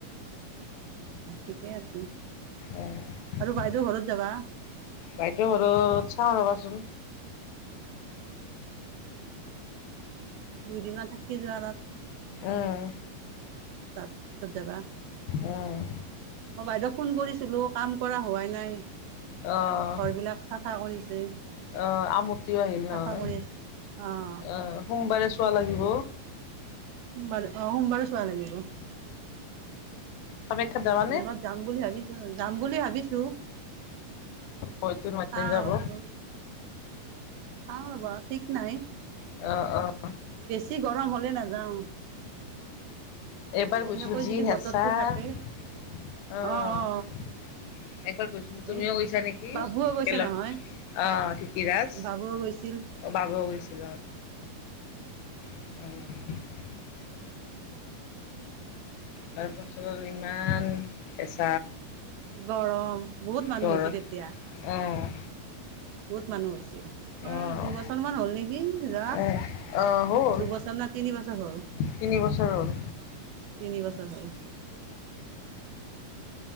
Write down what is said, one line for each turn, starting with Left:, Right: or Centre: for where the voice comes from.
Right: অ', ঠিকে আছে।
Left: অহ
Right: বাইদেউ
Left: ',
Right: আৰু ঘৰত যাবা?
Left: বাইদো ঘৰত চাওঁ ৰবাচোন।
Right: দুইদিন থাকি যোৱা তাত।
Left: উম
Right: তাত পিছত যাবা
Left: উম
Right: মই বাইদেউক ফোন কৰিছিলো কাম কৰা হোৱাই নাই।
Left: আহ
Right: ঘৰ বিলাক চাফা কৰিছে
Left: আহ আমতিও আহিল নহয়
Right: চাফা কৰি আছ অহ
Left: আহ সোমবাৰে চোৱা লাগিব
Right: ', সোমবাৰে অহ ', সোমবাৰে চোৱা লাগিব।
Left: কামাখ্যাত যাবানে
Right: মেলত যাম বুলি ভাবিছো- যাম বুলি ভাবিছো
Left: মইতো নোৱাৰিম
Right: চাও
Left: যাব
Right: ৰবাচোন। চাওঁ ৰবা ঠিক নাই।
Left: অহ ',- অহ ', অহ
Right: বেছি গৰম হ'লে নাযাওঁ।
Left: ', এইবাৰ গৈছিলো
Right: এনেকৈ
Left: যি
Right: যদি
Left: হেচা
Right: বতৰটো
Left: অহ
Right: থাকে অ অ
Left: ', একবাৰ গৈছিলো। তুমিও
Right: এই
Left: গৈছা নেকি?
Right: বাবুও গৈছে
Left: একেলগ
Right: নহয়
Left: অহ ', ধিতিৰাজ
Right: বাবুও গৈছিল
Left: বাবুও গৈছা। অহ ', তাৰ পাছত ইমান হেঁচা
Right: গৰম বহুত মানুহ
Left: গৰ
Right: হৈছে তেতিয়া
Left: অ',
Right: বহুত মানুহ হৈছে। আমাৰ
Left: অ',
Right: দুবছৰ মান হ'ল নেকি যাৱা
Left: এ অ', হ'ল
Right: দুবছৰ না তিনি বছৰ হল।
Left: তিনি বছৰ হ'ল
Right: তিনিবছৰ হল।